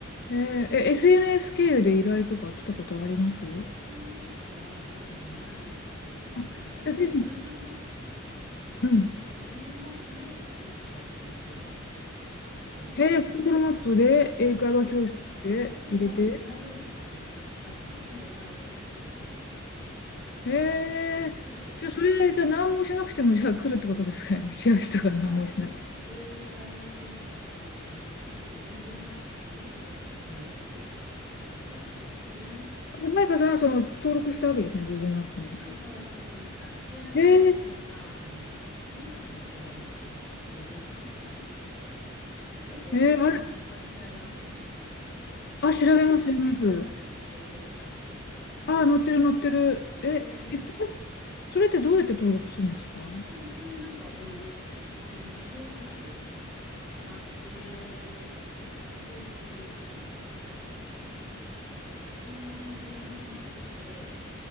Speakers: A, on the left; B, in the centre.
A: へえ、え SNS
B: うん
A: 経由で依頼とか来たことあります
B: SNS はまだないですね。
A: あ、
B: なんかだいたい
A: えで
B: Google マップ、
A: うん。
B: そう、Google マップで来ましたっていう人がほとんどです。
A: へえ、Google マップで英会話教室で入れて、
B: うん。そう、多分調べるんですよね。自分の近くの。そう、英会話教室って調べて。
A: へえ。
B: そう。
A: じゃあ、それ、じゃあ何もしなくても、じゃあ来るってことですかね。<laughs> チラシとか何もしない。
B: まあそうですね。英会話教室、あ、そうですね。その Google マップに登録するっていうしことはしましたね。
A: マイカさんはその登録したわけですね、Google マップに。
B: うん、登録しました。で、なんか写真とか、
A: えー、
B: あの、文章も載せられるので、そこに文章を載せたり、よくお店とかもそうやって調べませんなんか、
A: えー、あれ、
B: Google
A: あ、調べます、
B: で。
A: 調べます。
B: ね、調べますよね。営業時間とか載ってるやつ。
A: あ、載ってる、載ってる。
B: そう、
A: え、
B: そういうやつです。
A: え、それそれってどうやって登録するんですか
B: え、普通になんか、その、まあ、その事業所なりを、その、マップで登録できるんですよ。あの、それは Google マップで、